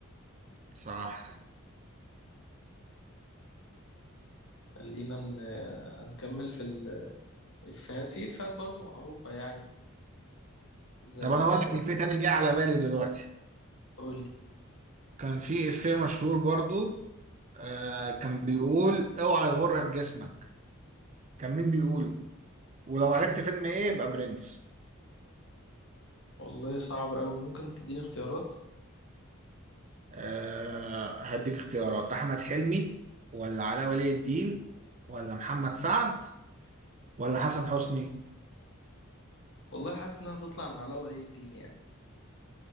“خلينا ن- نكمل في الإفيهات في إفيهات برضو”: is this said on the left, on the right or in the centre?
Left